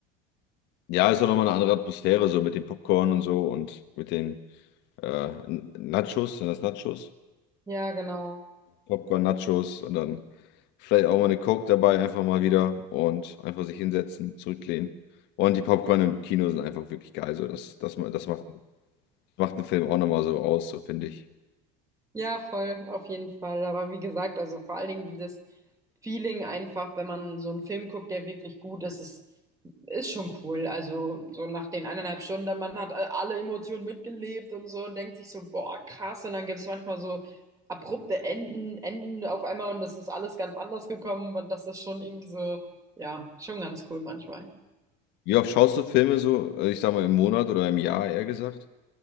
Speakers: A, on the left; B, on the right.
A: Ja, ist auch nochmal eine andere Atmosphäre, so mit dem Popcorn und so und mit den äh, N- Nachos, sind das Nachos?
B: Ja, genau.
A: Popcorn, Nachos und dann vielleicht auch mal eine Coke dabei, einfach mal wieder und einfach sich hinsetzen, zurücklehnen. Und die Popcorn im Kino sind einfach wirklich geil. So, das, das, ma- das macht, macht einen Film auch nochmal so aus, so finde ich.
B: Ja, voll, auf jeden Fall. Aber wie gesagt, also vor allen Dingen dieses Feeling einfach, wenn man so einen Film guckt, der wirklich gut ist, ist, ist schon cool. Also so nach den eineinhalb Stunden, dann man hat alle Emotionen mitgelebt und so und denkt sich so, boah, krass. Und dann gibt es manchmal so abrupte Enden, Enden auf einmal und das ist alles ganz anders gekommen und das ist schon irgendwie so, ja, schon ganz cool manchmal.
A: Wie oft schaust du Filme so, äh, ich sag mal im Monat oder im Jahr eher gesagt?